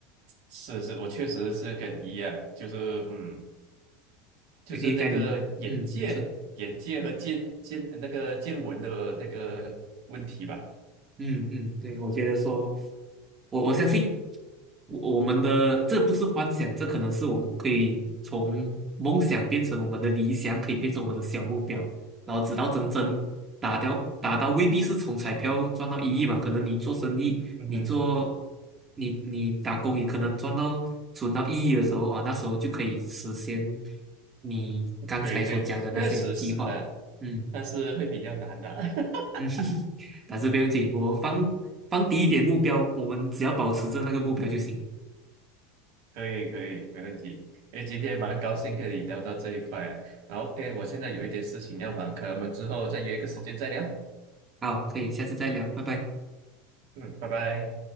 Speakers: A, on the right (about 60°); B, on the right (about 25°).
A: 是是，我确实是跟你一样，就是嗯。就是那个眼界、
B: 应该你嗯，你说
A: 眼界和见见那个见闻的那个问题吧。
B: 嗯嗯，对，我觉得说。我我相信我我们的这不是幻想，这可能是我们可以从梦想变成我们的理想，可以变成我们的小目标，然后直到真正达到达到，未必是从彩票赚到一亿嘛，可能你做生意，
A: 嗯哼，
B: 你做你你打工也可能赚到存到一亿的时候啊，
A: 嗯
B: 那时候就可以实现你刚才所讲的那些计划，
A: 对对，确实是的，
B: 嗯
A: 但是会比较难的。<laughs>
B: 嗯，<laughs> 但是不用紧，我放放低一点目标，我们只要保持着那个目标就行。
A: 可以可以，没问题。哎，今天蛮高兴跟你聊到这一块，然后哎，诶我现在有一点事情要忙，可能我们之后再约一个时间再聊。
B: 好，可以，下次再聊，拜拜。
A: 嗯，拜拜。